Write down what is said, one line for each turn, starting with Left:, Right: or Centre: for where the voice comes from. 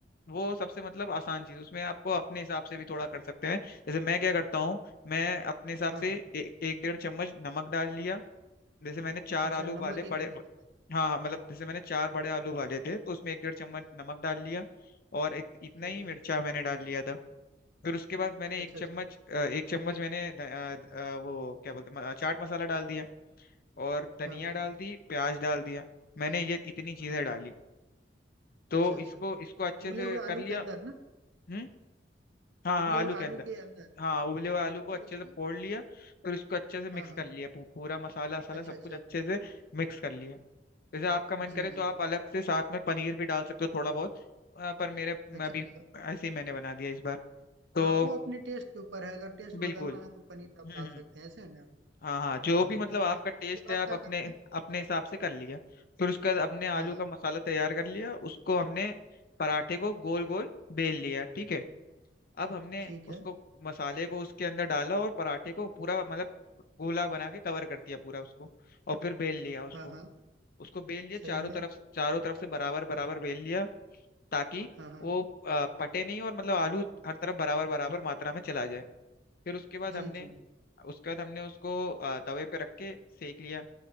Left: वो सबसे मतलब आसान चीज उसमें आपको अपने हिसाब से भी थोड़ा कर सकते हैं जैसे मैं क्या करता हूँ मैं अपने हिसाब
Right: हाँ
Left: से
Right: हाँ
Left: ए, एक डेढ़ चम्मच नमक डाल लिया जैसे मैंने चार
Right: अच्छा
Left: आलू
Right: नमक
Left: उबाले बड़े
Right: एक डेढ़
Left: ब-
Right: चम्मच
Left: हाँ हाँ मतलब जैसे मैंने चार बड़े आलू उबाले थे तो उसमें एक डेढ़ चम्मच
Right: ठीक है
Left: नमक डाल लिया और इत, इतना
Right: ठीक
Left: ही मिर्चा
Right: है
Left: मैंने डाल लिया था फिर उसके बाद मैंने
Right: अच्छा
Left: एक चम्मच
Right: अच्छा
Left: अ, एक चम्मच मैंने ध- अ, ध- अ, वो क्या बोलते हैं, म- चाट मसाला डाल दिया और धनिया
Right: हाँ हाँ
Left: डाल दी प्याज डाल दिया मैंने ये इतनी चीजें
Right: हाँ
Left: डाली तो
Right: अच्छा अच्छा
Left: इसको इसको अच्छे
Right: उबले
Left: से
Right: हुए आलू
Left: कर लिया
Right: के अंदर ना
Left: हम्म हाँ
Right: उबले
Left: हाँ आलू
Right: हुए
Left: के
Right: आलू
Left: अंदर
Right: के अंदर
Left: हाँ उबले हुए आलू को
Right: फिर
Left: अच्छे
Right: उसको
Left: से फोड़ लिया फिर उसको अच्छे से मिक्स
Right: हाँ हाँ
Left: कर लिया पू- पूरा मसाला वसाला
Right: अच्छा
Left: सब
Right: अच्छा
Left: कुछ अच्छे से मिक्स कर लिया जैसे आपका मन
Right: जी
Left: करे तो
Right: जी
Left: आप अलग से साथ में पनीर भी डाल सकते हो थोड़ा बहुत अ, पर मेरे मैं
Right: अच्छा
Left: अभी
Right: अच्छा
Left: ऐसे ही मैंने बना दिया इस बार तो
Right: हाँ वो अपने टेस्ट के ऊपर है अगर टेस्ट
Left: बिल्कुल
Right: बदलना है तो पनीर आप
Left: हम्म
Right: डाल
Left: हम्म
Right: सकते हैं ऐसे है ना
Left: हाँ हाँ जो
Right: हाँ हाँ
Left: भी मतलब
Right: ठीक
Left: आपका
Right: है इसके
Left: टेस्ट
Right: बाद
Left: है आप
Right: क्या
Left: अपने
Right: करते हैं
Left: अपने हिसाब से कर लिया फिर उसके बाद हमने आलू
Right: हाँ हाँ
Left: का मसाला तैयार कर लिया उसको हमने पराठे को गोल गोल बेल लिया ठीक है अब हमने
Right: ठीक
Left: उसको
Right: है
Left: मसाले को उसके अंदर डाला और पराठे को पूरा मतलब गोला बना के कवर कर दिया पूरा उसको और फिर बेल लिया उसको
Right: हाँ हाँ
Left: उसको बेल लिया चारों
Right: सही है
Left: तरफ चारों तरफ से बराबर बराबर बेल लिया ताकि
Right: हाँ हाँ
Left: वो अ, फटे नहीं और मतलब आलू हर तरफ बराबर बराबर मात्रा में चला जाए फिर उसके बाद
Right: जी
Left: हमने
Right: जी
Left: उसके बाद हमने उसको अ, तवे पे रख के सेक लिया